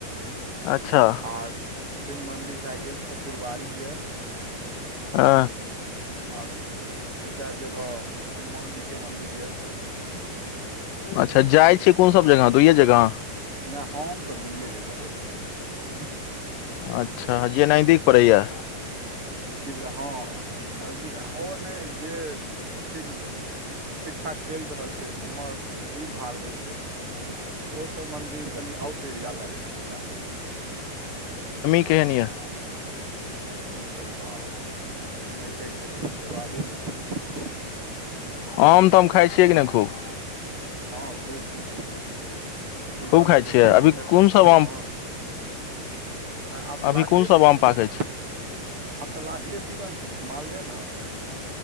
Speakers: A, on the left; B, on the right.
A: अच्छा
B: आर शिव मन्दिर भए गेल ठाकुरबाड़ी यए
A: ह
B: आर दू चारि जगह हनुमान जीके मन्दिर यए
A: अच्छा जाइ छियै कोन सभ जगह दुइए जगह
B: नहि हम तऽ दुइए जगह जाइ छियै
A: अच्छा जे नजदीक पड़ैया
B: की भलै हँ नजदीक ओ नहि जे ठीक ठीक ठाक चलि रहल छै जाहिमे भीड़ भाड़ होइ छै ओसभ मन्दिर कनि आउट एरिया भए जाइ छै कनि टा
A: केनिया
B: आरमी तऽ बा नहि कहि सकै छी जवाबे नहि छथिन
A: आम तऽ हम खाइ छियै कि नहि खूब
B: हँ खूब ठीक सीजन
A: खूब खाइ
B: छै तऽ
A: छियै
B: सीजन
A: अभी
B: फेर
A: कोन
B: तऽ
A: सब
B: ह
A: आम
B: ह आब तऽ
A: अभी
B: लास्टे
A: कोन सब
B: सीजन
A: आम पाकै
B: छै ने आब तऽ लास्टे सीजन छै ने तऽ मालदह ने